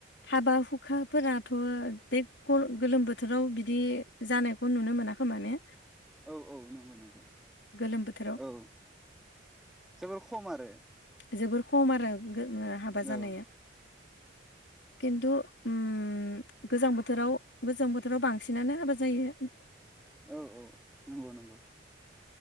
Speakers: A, on the left; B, in the centre.
A: हाबा हुखाफोराथ' देक गल गगोलोम बोथोराव बिदि जानायखौ नुनो मोना। खोमाने।
B: औ-औ नोंगौ-नोंगौ
A: गोलोम बोथोराव
B: औ। जोबोर खम आरो।
A: जोबोर खम आरो गो हाबा जानाया।
B: औ
A: खिन्थु उम। गोजां बोथोराव गोजां बोथोराव बांसिनानो हाबा जायो।
B: औ-औ नोंगौ-नोंगौ।